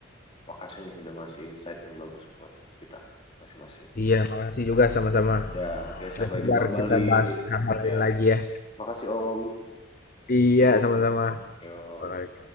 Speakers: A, on the left; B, on the left.
A: makasih nih udah ngasih insight yang bagus buat kita masing-masing
B: Iya, makasih juga sama-sama.
A: Ya, oke, sampai
B: Gak sabar
A: jumpa kembali.
B: kita bahas hal-hal lain
A: Ya,
B: lagi ya.
A: makasih Om.
B: Iya,
A: Tuh.
B: sama-sama.
A: Yo,
B: Alright.